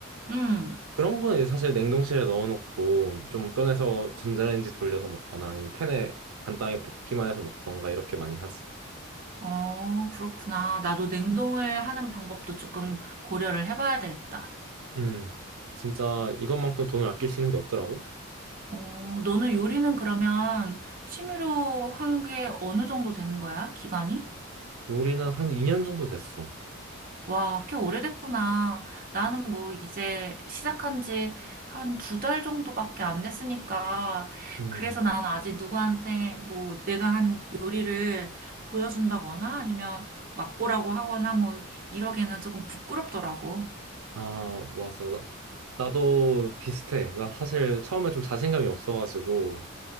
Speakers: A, on the right; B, on the right.
A: 응.
B: 그런 거는 이제 사실 냉동실에 넣어놓고 좀 꺼내서 전자레인지 돌려서 먹거나 아니면 팬에 간단하게 볶기만 해서 먹던가 이렇게 많이 하지.
A: 어, 그렇구나. 나도 냉동을 하는 방법도 조금 고려를 해봐야 되겠다.
B: 음, 진짜 이것만큼 돈을 아낄 수 있는 게 없더라고?
A: 어, 너는 요리는 그러면 취미로 한 게 어느 정도 되는 거야? 기간이?
B: 요리는 한 2년 정도 됐어.
A: 와, 꽤 오래됐구나. 나는 뭐 이제 시작한 지 한 두 달 정도밖에 안 됐으니까.
B: 음,
A: 그래서 나는 아직 누구한테 뭐 내가 한 요리를 보여준다거나 아니면 맛보라고 하거나 뭐 이러기에는 조금 부끄럽더라고.
B: 아, 맞아. 나, 나도 비슷해. 나 사실 처음에 좀 자신감이 없어가지고